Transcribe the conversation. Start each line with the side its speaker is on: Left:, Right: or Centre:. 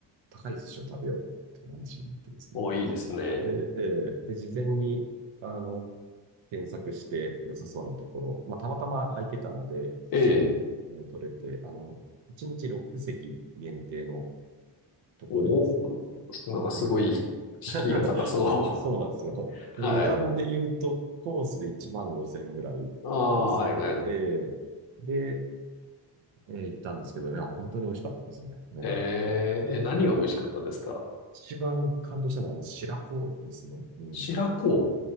Right: 高い寿司を食べようって話になってですね。
Left: おう、いいですね。
Right: で、えーで、事前に、あの、検索して良さそうなところ、まあ、たまたま空いてたので、
Left: ええ。
Right: ね取れて、あの、1日6席限定のとこでですね、
Left: おなんかすごい、
Right: だいたい
Left: 敷居が高そ
Right: <laughs> そうなんですよ。で値段で言うと、
Left: う。<laughs> はい。
Right: コースで1万5千円ぐらいのコースで、
Left: ああ、はい、はい。
Right: えーで、えー行ったんですけど、いや、本当に美味しかったですね。うんうん
Left: ええ、え何が美味しかったですか
Right: 一番感動したのは、あの白子ですね。うん。
Left: 白子。